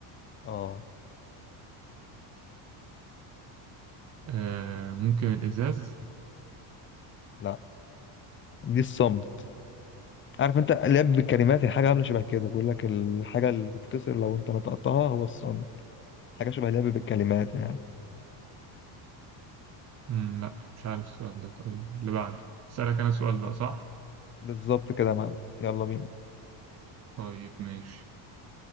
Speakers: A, on the left; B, on the right.
A: آه
B: آه ممكن الإزاز
A: لا دي الصمت عارف أنت لعب بالكلمات هي حاجة عاملة شبه كده بيقول لك الحاجة اللي بتتكسر لو أنت نطقتها هو الصمت حاجة شبه لعب بالكلمات يعني
B: مم لا مش عارف السؤال ده طيب اللي بعده سألك أنا سؤال بقى صح
A: بالظبط كده يا معلم يلا بينا
B: طيب ماشي